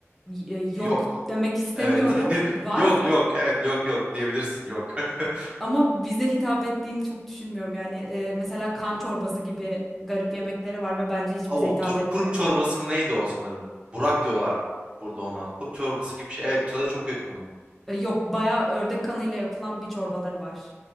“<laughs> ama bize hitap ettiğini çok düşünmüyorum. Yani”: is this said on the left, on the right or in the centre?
Centre